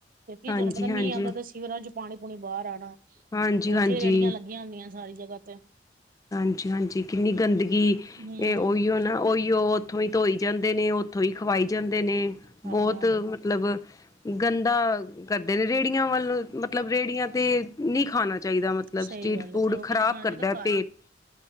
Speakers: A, on the right; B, on the left.
A: ਕਿਉਕੀ
B: ਹਾਂਜੀ
A: ਜਦੋ ਇਕ ਦਮ
B: ਹਾਂਜੀ
A: ਮੀਂਹ ਆਦਾ ਪਿਆ ਸੀ ਸੀਵਰਾਂ ਚ ਪਾਣੀ- ਪੂਣੀ ਬਾਹਰ ਆਣਾ।
B: ਹਾਂਜੀ ਹਾਂਜੀ
A: ਉੱਥੇ ਹੀ ਰੇਹੜੀਆਂ ਲੱਗੀਆਂ ਹੁੰਦੀਆਂ ਸਾਰੀ ਜਗ੍ਹਾ ਤੇ।
B: ਹਾਂਜੀ ਹਾਂਜੀ ਕਿੰਨੀ ਗੰਦਗੀ,
A: ਹੂੰ
B: ਇਹ ਉਹੀਓ ਨਾ ਉਹੀਓ ਉੱਥੋਂ ਹੀ ਧੋਈ ਜਾਂਦੇ ਨੇ ਉੱਥੋਂ ਹੀ ਖਵਾਈ ਜਾਂਦੇ ਨੇ
A: ਹਾਂ
B: ਬੋਤ
A: ਬ
B: ਮਤਲਬ ਗੰਦਾ ਕਰਦੇ ਨੇ ਰੇਹੜੀਆਂ ਵੱਲ ਮਤਲਬ ਰੇਹੜੀਆਂ ਤੇ ਨੀ ਖਾਣਾ ਚਾਹੀਦਾ। ਮਤਲਬ
A: ਸਹੀ
B: ਸਟ੍ਰੀਟ
A: ਗੱਲ
B: ਫੂਡ
A: ਐ, ਲੋਕ
B: ਖਰਾਬ
A: ਕਹਿੰਦੀ ਖਾਣਾ
B: ਕਰਦਾ
A: ਚਾਹੀਦਾ
B: ਐ
A: ਘਰ
B: ਪੇਟ।
A: ਹੀ